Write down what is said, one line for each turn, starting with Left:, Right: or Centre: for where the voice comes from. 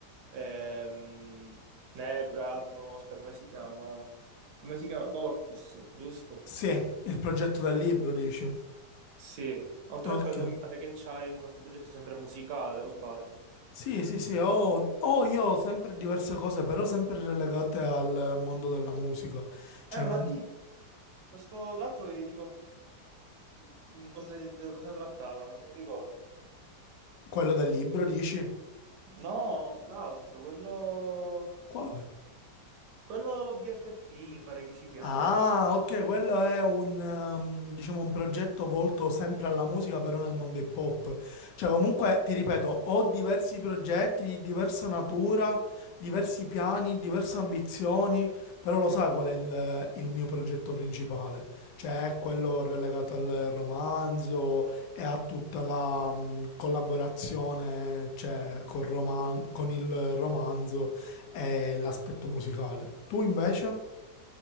Right: ehm, Nebra, Asmo, aspetta, come si chiama? Come si chiama? Corpus, giusto?
Left: Sì, il progetto del libro, dici?
Right: Sì. Oltre
Left: Ok.
Right: a quello mi pare che c'hai un altro progetto sempre musicale, o sbaglio?
Left: Sì, sì, sì, ho, ho io ho sempre diverse cose, però sempre relegate al mondo della musica, cioè
Right: Eh,
Left: non-
Right: ma ti, questo, l'altro di di cosa, di cosa, cosa trattava? Non mi ricordo.
Left: quello del libro, dici?
Right: No, l'altro, quello,
Left: Quale?
Right: quello BFP mi pare che si chiama.
Left: Ah, ok, quello è un, ehm, diciamo, un progetto volto sempre alla musica, però nel mondo hip hop. Cioè, comunque, ti ripeto, ho diversi progetti di diversa natura, diversi piani, diverse ambizioni, però lo sai qual è il, il mio progetto principale? Cioè, è quello relegato al romanzo e a tutta la, mh, collaborazione, cioè, col roman- con il romanzo e l'aspetto musicale. Tu invece?